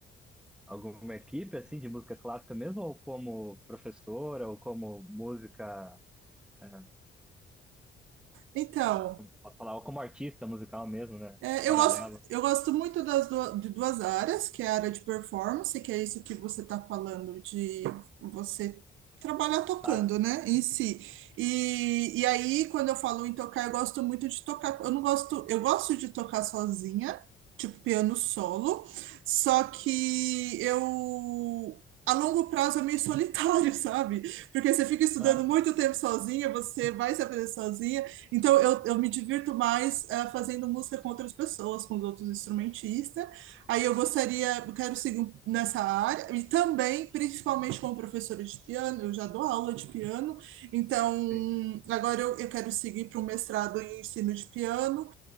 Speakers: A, in the centre; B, on the right.
A: alguma equipe assim de música clássica mesmo, ou como professora, ou como música é,
B: então.
A: como- posso falar, ou como artista musical mesmo, né?
B: É,
A: Paralelo.
B: eu gosto, eu gosto muito das du- de duas áreas, que é a área de performance, que é isso que você está falando de você trabalhar tocando,
A: Tá,
B: né, em si. E, e aí, quando eu falo em tocar, eu gosto muito de tocar. Eu não gosto, eu gosto de tocar sozinha, tipo piano solo, só que eu A longo prazo é meio solitário, <laughs> sabe? Porque você fica estudando
A: ah,
B: muito tempo sozinha, você vai se aprender sozinha, então, eu, eu me divirto mais eh, fazendo música com outras pessoas, com os outros instrumentistas. Aí eu gostaria, eu quero seguir um- nessa área, e também, principalmente como professora de piano, eu já dou aula de piano, então
A: sim.
B: agora eu, eu quero seguir para um mestrado em ensino de piano,